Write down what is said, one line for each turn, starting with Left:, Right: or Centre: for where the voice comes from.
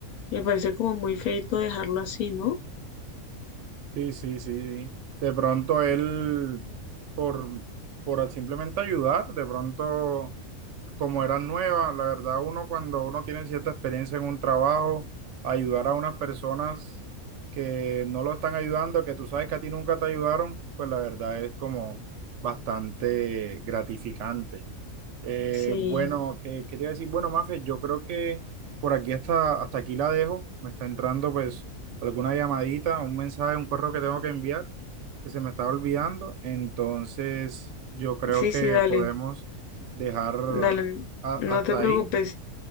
Left: Me parece como muy feito dejarlo así, ¿no?
Right: Sí, sí, sí. De pronto él, por, por simplemente ayudar, de pronto, como eran nuevas, la verdad, uno cuando uno tiene cierta experiencia en un trabajo, ayudar a unas personas que no lo están ayudando, que tú sabes que a ti nunca te ayudaron, pues la verdad es como bastante gratificante. Eh,
Left: Sí,
Right: bueno, que quería decir, bueno, Mafe, yo creo que por aquí hasta, hasta aquí la dejo. Me está entrando pues alguna llamadita, un mensaje, un correo que tengo que enviar, que se me estaba olvidando. Entonces, yo creo
Left: sí,
Right: que
Left: sí, dale,
Right: podemos dejar
Left: dale,
Right: a-
Left: no
Right: hasta
Left: te preocupes.
Right: ahí.